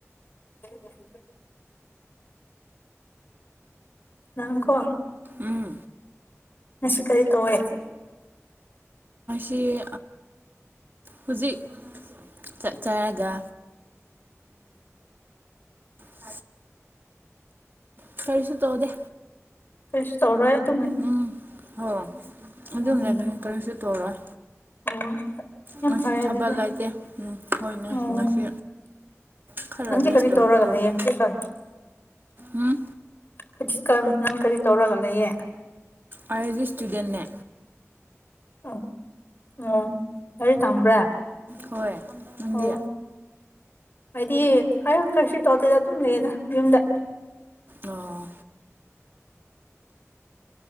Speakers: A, on the left; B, on the right.
A: ꯍ <inaudible> ꯅꯪꯀꯣ
B: ꯎꯝ
A: ꯃꯁꯤ ꯀꯔꯤ ꯀꯧꯋꯦ
B: ꯁꯤ ꯍꯧꯖꯤꯛ ꯆꯛ ꯆꯥꯔꯒ ꯑ ꯀꯔꯤꯁꯨ ꯇꯧꯗꯦ
A: ꯀꯩꯁꯨ ꯇꯧꯔꯣꯏꯌꯦ
B: ꯎꯝ ꯍꯣꯏ ꯑꯗꯨꯝꯅꯦ
A: ꯎꯝ
B: ꯑꯗꯨ ꯀꯔꯤꯁꯨ ꯇꯧꯔꯣꯏ
A: ꯑꯣ ꯌꯥꯝ
B: ꯉꯁꯤ
A: ꯐꯔꯦ
B: ꯊꯕꯜ
A: ꯑꯗꯨꯗꯤ
B: ꯂꯩꯇꯦ ꯎꯝ ꯍꯣꯏ
A: ꯑꯣ
B: ꯉꯁꯤ ꯈꯔ
A: ꯅꯪꯗꯤ
B: ꯔꯦꯁ
A: ꯀꯔꯤ ꯇꯧꯔꯒ
B: ꯇꯧꯒꯦ
A: ꯂꯩꯌꯦ ꯍꯧꯖꯤꯛꯀꯥꯟ
B: ꯎꯝ
A: ꯍꯧꯖꯤꯛꯀꯥꯟ ꯅꯪ ꯀꯔꯤ ꯇꯧꯔꯒ ꯂꯩꯌꯦ
B: ꯑꯩꯒꯤ ꯏꯁꯇꯨꯗꯦꯟꯅꯦ
A: ꯑꯣ ꯑꯣ ꯀꯔꯤ ꯇꯝꯕ꯭ꯔ
B: ꯍꯣꯏ ꯅꯪꯗꯤ
A: ꯑꯣ ꯍꯥꯏꯗꯤ ꯑꯩ ꯀꯩꯁꯨ ꯇꯧꯗꯦꯗ ꯑꯗꯨꯝ ꯂꯩꯌꯦꯅ ꯌꯨꯝꯗ
B: ꯑꯣ